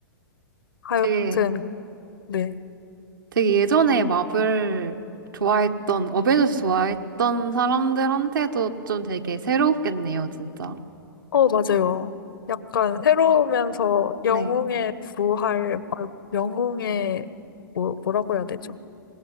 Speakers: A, on the left (about 70°); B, on the right (about 65°).
A: 하여튼
B: 되게
A: 네
B: 되게 예전에 마블 좋아했던 어벤져스 좋아했던 사람들한테도 좀 되게 새롭겠네요, 진짜.
A: 어, 맞아요. 약간 새로우면서 영웅의
B: 네.
A: 부활, 아, 영웅의, 뭐, 뭐라고 해야 되죠?